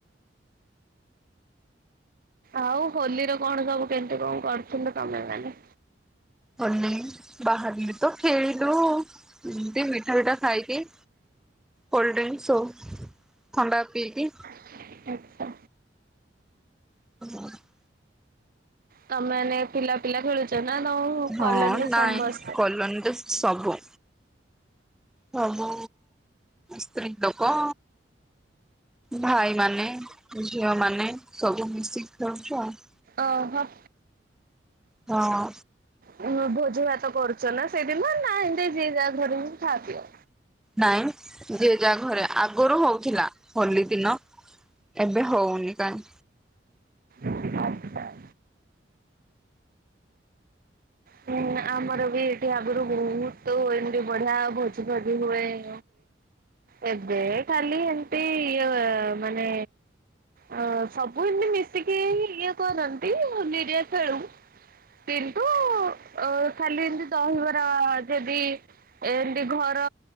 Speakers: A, on the right; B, in the centre.
A: ଆଉ ହୋଲିର କଣ ସବୁ କେମତି କଣ କରିଥିଲ ତମେ ମାନେ?
B: ହୋଲି ବାହାରିଲୁ ତ ଖେଳିଲୁ ଏମିତି ମିଠା ପିଠା ଖାଇକି କୋଲଡ୍ରିଂଙ୍କସ ସୋପ। ଥଣ୍ଡା ପିଇକି
A: ଆଚ୍ଛା।
B: <inaudible>
A: ତମେ ମାନେ ପିଲା ପିଲା ଖେଳୁଚ ନା ତମ
B: ହଁ
A: କଲୋନି ରେ
B: ନାଇଁ
A: ସମସ୍ତେ?
B: <unintelligible> ସବୁ ସବୁ ସ୍ତ୍ରୀ ଲୋକ ଭାଇ ମାନେ ଝିଅ ମାନେ ସବୁ ମିସିକି ଖେଳୁଚୁ ଆଉ।
A: ଓ ହୋ।
B: ହଁ।
A: ହୁଁ ଭୋଜି ଭାତ କରୁଚ ନା ସେଇଦିନ ନା ଏମିତି ଯିଏ ଯାହା ଘରେ ହିଁ ଖାଅ ପିଅ।
B: ନାଇଁ ଯିଏ ଯାହା ଘରେ। ଆଗରୁ ହଉଥିଲା ହୋଲି ଦିନ। ଏବେ ହଉନି କାଇଁ।
A: ଆଛା ଆ ହୁଁ ଆମର ବି ଏଠି ଆଗରୁ ବହୁତ ଏମିତି ବଢିଆ ଭୋଜି ଫୋଜି ହୁଏ। <inaudible> ଏବେ ଖାଲି ଏମିତି ଇଏ ମାନେ ଆ ସବୁ ଏମିତି ମିଶିକି ଇଏ କରନ୍ତି ହୋଲି ରେ ଖେଳୁ। କିନ୍ତୁ ଅ ଖାଲି ଏମିତି ଦହିବରା ଯଦି ଏମିତି ଘର